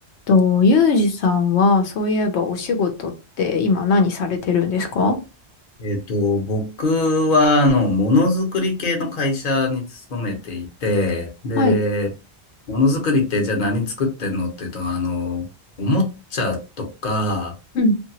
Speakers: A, on the left (about 80°); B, on the left (about 45°).
A: と、ユージさんは、そういえばお仕事って今何されてるんですか
B: えっと、僕は、あの、ものづくり系の会社に勤めていて、で、
A: はい。
B: ものづくりってじゃあ何作ってんのっていうと、あの、おもちゃとか、
A: うん、